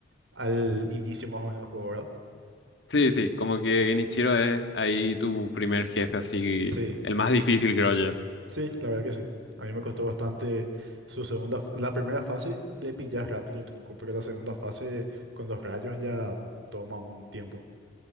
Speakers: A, on the right; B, on the left.
A: al inicio más o menos del juego, ¿verdad?
B: Sí, sí, como que Genichiro es ahí tu primer jefe, así,
A: Sí,
B: el más difícil, creo yo.
A: sí, la verdad que sí. A mí me costó bastante su segunda... f- La primera fase le pillas rápido el truco, pero la segunda fase con los rayos ya toma un tiempo.